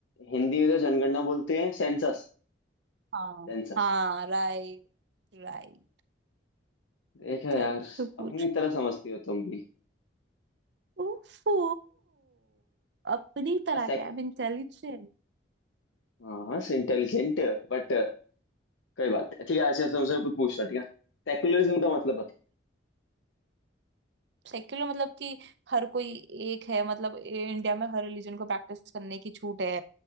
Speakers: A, on the left (about 80°); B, on the right (about 65°).
A: हिंदी में तो जनगणना बोलते हैं सेंसस
B: हाँ
A: सेंसस
B: हाँ राइट राइट
A: देखा यार
B: चल तू पूछ
A: अपनी तरह समझती हो तुम भी
B: ओफो अपनी तरह
A: अ सेक
B: क्या आई एम इंटेलिजेंट
A: हाँ इंटेलिजेंट बट कोई बात नहीं। ठीक है अच्छा तुमसे कुछ पूछना ठीक है सेकुलरिज्म का मतलब बताओ
B: सेक्युलर मतलब कि हर कोई एक है मतलब ए- इंडिया में हर रिलीजन को प्रैक्टिस करने की छूट है